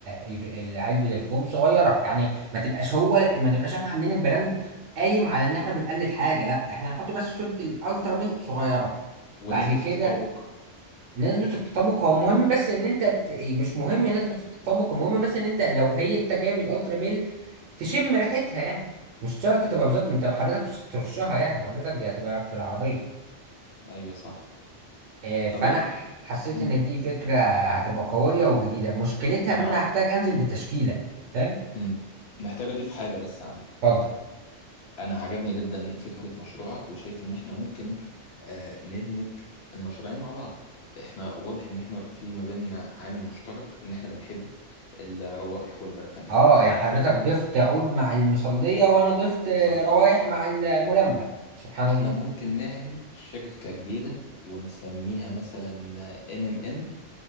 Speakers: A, on the right (about 70°); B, on the left (about 65°).
A: ال- ال- علبه الفوم صغيره يعني ما تبقاش هو ما تبقاش احنا عاملين البراند قايم على ان احنا بنقلد حاجه لا احنا هنحط بس صوره الالترا ميل صغيره
B: ونسبة
A: بعد كده
B: التطابق
A: نسبة التطابق هو مهم بس ان انت ت- مش مهم نسبة التطابق المهم بس ان انت لو هي انت جايب الالترا ميل تشم ريحتها يعني مش شرط
B: امم
A: تبقى بالظبط انت حضرتك مش هترشها يعني حضرتك دي هتبقى في العربية
B: ايوه صح
A: آه، فانا
B: طب إيه-
A: ح- حسيت
B: امم
A: ان دي فكره هتبقى قويه وجديده مشكلتها ان
B: انا
A: انا
B: عاو...
A: هحتاج انزل بتشكيله فاهم
B: امم محتاج اضيف حاجة بس عندك
A: اتفضل
B: انا عجبني جدا فكرة مشروعك وشايف ان احنا ممكن آه ندمج المشروعين مع بعض احنا واضح ان احنا في ما بيننا عامل مشترك ان احنا بنحب الروائح والبرفانات
A: اه يعني حضرتك ضفت عود مع المصليه وانا ضفت آه،
B: صح
A: روايح مع الملمع سبحان
B: فاحنا
A: الله
B: ممكن نعمل شركة جديدة ونسميها مثلا ام ام ام